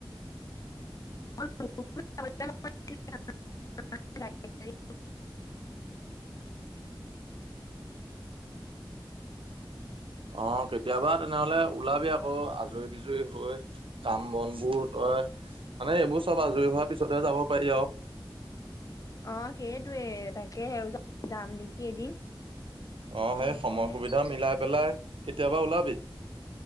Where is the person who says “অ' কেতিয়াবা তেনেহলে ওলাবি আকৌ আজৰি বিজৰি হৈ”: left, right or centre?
Right